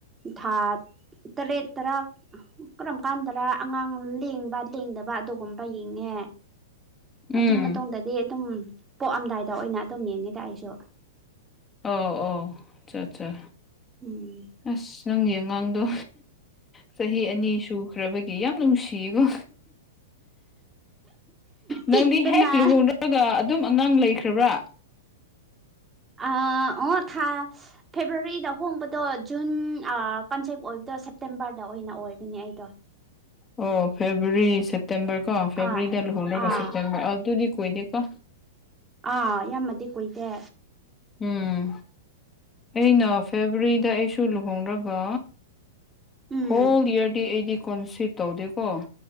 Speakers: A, on the right; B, on the left.
A: ꯊꯥ ꯇꯔꯦꯠ ꯇꯔꯥ ꯀꯔꯝ ꯀꯥꯟꯗꯔꯥ ꯑꯉꯥꯡ ꯂꯦꯡꯕ ꯂꯦꯡꯗꯕ ꯑꯗꯨꯒꯨꯝꯕ ꯌꯦꯡꯉꯦ ꯑꯗꯨ
B: ꯎꯝ
A: ꯃꯇꯨꯡꯗꯗꯤ ꯑꯗꯨꯝ ꯄꯣꯛꯑꯝꯗꯥꯏꯗ ꯗ ꯑꯣꯏꯅ ꯑꯗꯨꯝ ꯌꯦꯡꯉꯦꯗ ꯑꯩꯁꯨ
B: ꯑꯣ ꯑꯣ ꯑꯆꯥ ꯑꯠꯆꯥ
A: ꯎꯝ
B: ꯑꯁ ꯅꯪꯒꯤ ꯑꯉꯥꯡꯗꯣ ꯆꯍꯤ ꯑꯅꯤꯁꯨ ꯈ꯭ꯔꯕꯒꯤ ꯌꯥꯝ ꯅꯨꯡꯁꯤꯌꯦꯀꯣ
A: ꯄꯤꯛꯄꯅ
B: ꯅꯪꯗꯤ ꯍꯦꯛ ꯂꯨꯍꯣꯡꯔꯒ ꯑꯗꯨꯝ ꯅꯪ ꯂꯩꯈ꯭ꯔꯕ꯭ꯔꯥ
A: ꯑ ꯑꯣ ꯊꯥ ꯐꯦꯕ꯭ꯔꯨꯋꯥꯔꯤꯗ ꯍꯣꯡꯕꯗꯣ ꯖꯨꯟ ꯑ ꯀꯟꯁꯦꯞ ꯑꯣꯏꯕꯗꯣ ꯁꯦꯞꯇꯦꯝꯕꯔꯗ ꯑꯣꯏꯅ ꯑꯣꯏꯕꯅꯦ ꯑꯩꯗꯣ
B: ꯑꯣ ꯐꯦꯕ꯭ꯔꯋꯥꯔꯤ ꯁꯦ ꯁꯦꯞꯇꯦꯝꯕꯔ ꯀꯣ ꯐꯦꯕꯋꯥꯔꯤꯗ
A: ꯑꯥ
B: ꯂꯨꯍꯣꯡꯔꯒ
A: ꯑꯥ
B: ꯁꯦꯞꯇꯦꯝꯕꯔ ꯑꯗꯨꯗꯤ ꯀꯣꯏꯗꯀꯣ
A: ꯑꯥ ꯌꯥꯝꯃꯗꯤ ꯀꯨꯏꯗꯦ
B: ꯎꯝ ꯑꯩꯅ ꯐꯦꯕ꯭ꯔꯋꯥꯔꯤ ꯁꯤꯗ ꯑꯩꯁꯨ ꯂꯨꯍꯣꯡꯔꯒ
A: ꯎꯝ
B: ꯍ ꯂꯗꯤ ꯑꯩꯗꯤ ꯀꯣꯟꯁꯤꯞ ꯇꯧꯗꯦꯀꯣ